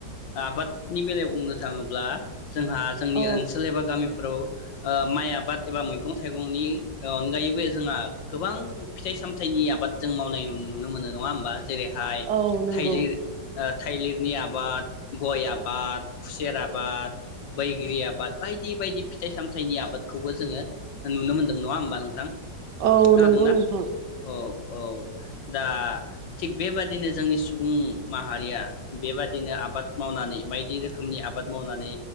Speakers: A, on the left (about 80°); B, on the right (about 70°).
A: आबादनि बेलायाव बुंनो थाङोब्ला जोंहा जोंनि
B: औ
A: ओनसोल एबा गामिफोराव ओ माइ आबाद एबा मैगं थाइगंनि अनगायै बे जोंहा गोबां फिथाइ सामथाइनि आबाद जों मावनाय नुनो मोनो नङा होमबा। जेरैहाय
B: औ नंगौ
A: थाइलिर थाइलिरनि आबाद, गय आबाद, खुसेर आबाद, बैग्रि आबाद, बायदि बायदि फिथाइ सामथाइनि आबादखौबो जोङो नुनो मोनदों। नङा होमबा नोंथां।
B: औ
A: खोनादोंना
B: नंगौ नोंथां।
A: औ औ दा आ थिग बेबादिनो जोंनि सुबुं माहारिया बेबादिनो आबाद मावनानै बायदि रोखोमनि आबाद मावनानै